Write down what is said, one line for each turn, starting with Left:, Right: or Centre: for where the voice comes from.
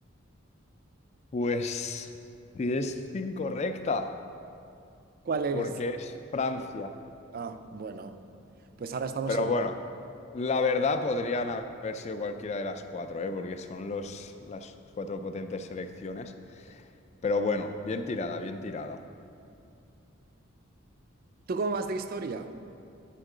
Left: Pues si es incorrecta,
Right: ¿Cuál eres?
Left: porque es Francia.
Right: Ah, bueno, pues ahora estamos
Left: Pero
Right: en...
Left: bueno, la verdad podrían haber sido cualquiera de las cuatro, ¿eh? Porque son los, las cuatro potentes selecciones. Pero bueno, bien tirada, bien tirada.
Right: ¿Tú cómo vas de historia?